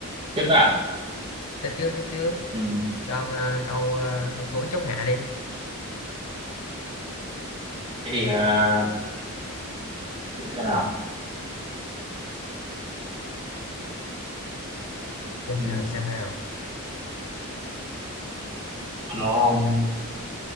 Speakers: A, on the right; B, on the left.
A: tiếp nữa à
B: tiếp trước tiếp trước
A: ừ.
B: cho ông ờ, câu ờ, câu cuối chốt hạ đi
A: thế thì à, để xem nào
B: xem
A: ừ.
B: nào xem nào
A: nó ông